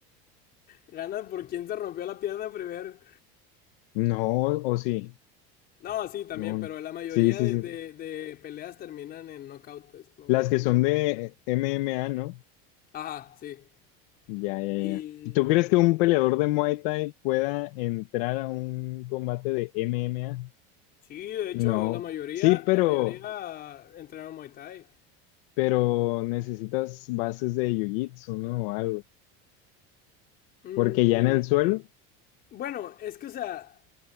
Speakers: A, on the left; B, on the left.
A: Gana por quien se rompió la pierna primero.
B: no, o sí.
A: No, sí, también,
B: No.
A: pero la mayoría
B: Sí, sí,
A: de,
B: sí.
A: de- de peleas terminan en knockout, pues. No,
B: Las
A: no terminan
B: que son
A: por
B: de
A: puntería.
B: MMA, ¿no?
A: Ajá, sí.
B: Ya, ya,
A: Y
B: ya. ¿Tú crees que un peleador de Muay Thai pueda entrar a un combate de MMA?
A: sí, de hecho,
B: No.
A: la mayoría,
B: Sí, pero,
A: la mayoría entrenaron Muay Thai.
B: pero necesitas bases de Jiu-Jitsu, ¿no? O algo.
A: Mm,
B: Porque ya en el suelo,
A: bueno, es que, o sea,